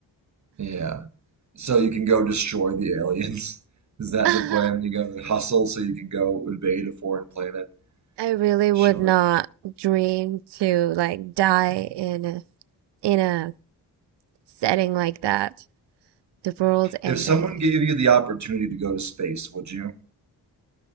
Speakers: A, on the right (about 40°); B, on the right (about 70°).
A: Yeah. So you can go destroy the aliens. <laughs> Is that
B: <laughs>
A: the plan? You gotta hustle so you can go invade a foreign planet.
B: I really would
A: Sure.
B: not dream to like die in a, in a setting like that. The world ending.
A: If someone gave you the opportunity to go to space, would you?